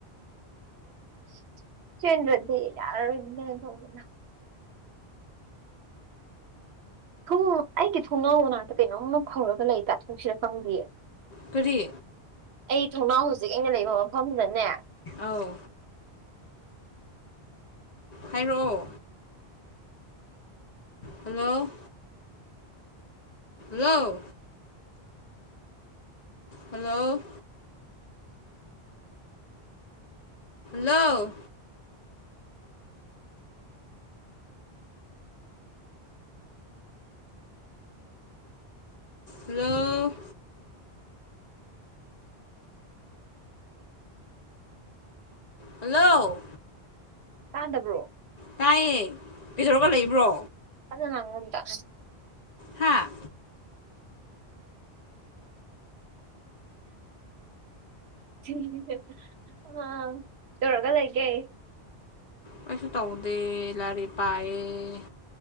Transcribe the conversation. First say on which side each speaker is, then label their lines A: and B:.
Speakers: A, on the right (about 80°); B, on the left (about 45°).
A: <inaudible> ꯁꯤꯗꯤ ꯌꯥꯔ ꯇꯡꯂꯅ ꯊꯨꯝ ꯑꯩꯒꯤ ꯊꯣꯡꯅꯥꯎ ꯃꯅꯥꯛꯇ ꯀꯩꯅꯣꯝꯃ ꯐꯧꯔꯒ ꯂꯩ ꯇ ꯊꯨꯡꯁꯤꯗ ꯐꯪꯗꯌꯦ
B: ꯐꯔꯤ
A: ꯑꯩ ꯊꯣꯡꯅꯥꯎ ꯍꯧꯖꯤꯛ ꯑꯩꯅ ꯂꯩꯕ ꯃꯐꯝꯗꯅꯦ
B: ꯑꯧ ꯍꯥꯏꯔꯛꯑꯣ ꯍꯜꯂꯣ ꯌꯥꯜꯂꯑꯣ ꯍꯜꯂꯣ ꯍꯂꯣ ꯍꯜꯂꯣ ꯍꯜꯂꯣ
A: ꯇꯥꯟꯗꯕ꯭ꯔꯣ
B: ꯇꯥꯏꯌꯦ ꯄꯤꯊꯣꯔꯒ ꯂꯩꯕ꯭ꯔꯣ
A: <inaudible>
B: ꯍꯥꯥ
A: <inaudible> ꯑ ꯇꯧꯔꯒ ꯂꯩꯥꯛꯒꯦꯏ
B: ꯀꯩꯁꯨ ꯇꯧꯗꯦ ꯂꯥꯏꯔꯤ ꯄꯥꯏꯌꯦ